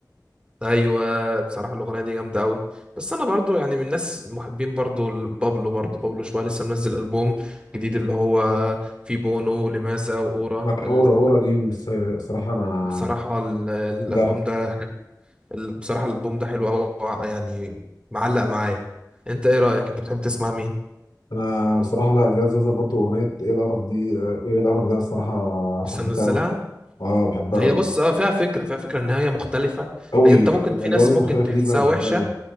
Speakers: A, on the right; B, on the left.
A: ايوه بصراحه الاغنيه دي جامده قوي بس انا برضو يعني من الناس محبين برضو بابلو برضو بابلو شويه لسه منزل البوم جديد اللي هو فيه بونو ولماذا واورا
B: آه،
A: ال-
B: اورا اورا دي بس آه، الصراحه انا
A: بصراحه ال- الالبوم
B: لا
A: ده حلو ال- بصراحه الالبوم ده حلو قوي يعني معلق معايا انت ايه رايك انت بتحب تسمع مين
B: انا صراحه لا زياد زازا برضو اغنيه ايه القرف دي آه، ايه القرف ده الصراحه
A: لسه
B: حبيتها
A: منزلها
B: قوي اه بحبها
A: هي
B: قوي
A: بص اه فيها فكره فيها فكره ان هي مختلفه
B: قوي
A: هي انت ممكن
B: الالوان
A: في ناس
B: المختلفه
A: ممكن تحسها
B: دي بحبها
A: وحشه
B: قوي